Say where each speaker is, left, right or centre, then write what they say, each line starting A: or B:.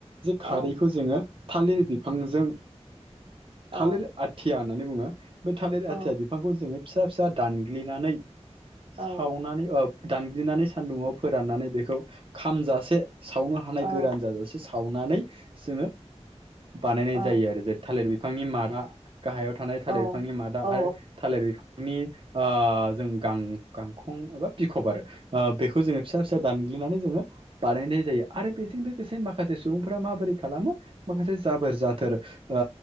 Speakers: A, on the right (about 50°); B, on the right (about 80°).
A: जे
B: औ
A: खारैखौ जोङो थालिर बिफांजों
B: औ
A: थालिर आथिया होननानै बुङो बे थालिर
B: औ
A: आथिया बिफांखौ जोङो फिसा फिसा दानग्लिनानै
B: औ
A: सावनानै दानग्लिनानै सान्दुंआव फोराननानै बेखौ खामजासे सावनो हानाय
B: औ
A: गोरान जाजासे सावनानै जोङो बानायनाय
B: औ
A: जायो आरो जे थालिर बिफांनि मादा गाहायाव थानाय थालिर
B: औ
A: बिफांनि मादा
B: औ
A: आरो थालिर बिफांनि ओ जों गां गांखं एबा बिखब आरो ओ बेखौ जोङो फिसा फिसा दान ग्लिनानै जोङो बानायनाय जायो आरो बेजों लोगोसे माखासे सुबुंफोरा माबोरै खालामो माखासे जाबोद जाथोर ओ